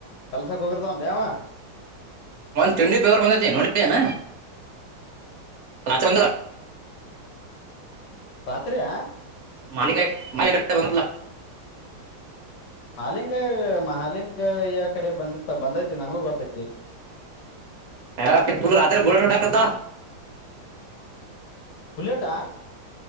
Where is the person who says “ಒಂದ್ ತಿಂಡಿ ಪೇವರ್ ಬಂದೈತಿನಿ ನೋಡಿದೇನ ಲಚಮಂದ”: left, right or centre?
Right